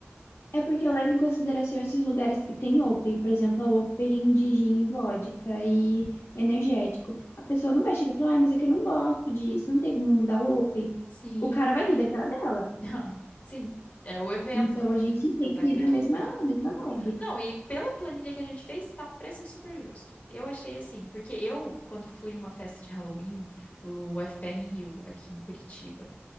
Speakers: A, on the left; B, on the left.
A: É porque eu levo em consideração esses lugares que tem Open, por exemplo, a Open de gin e vodka e energético. A pessoa não vai chegar e falar, ah, mas é que eu não gosto disso, não tem como mudar o Open.
B: Sim,
A: O cara vai rir da cara dela.
B: <laughs> sim, é o evento.
A: Então a gente tem
B: Então vai
A: que
B: ter
A: ir na
B: que
A: mesma, na mesma vibe.
B: Não, e pela planilha que a gente fez, tá um preço super justo. Eu achei assim, porque eu, quando fui uma festa de Halloween, o FPR em Rio, aqui em Curitiba,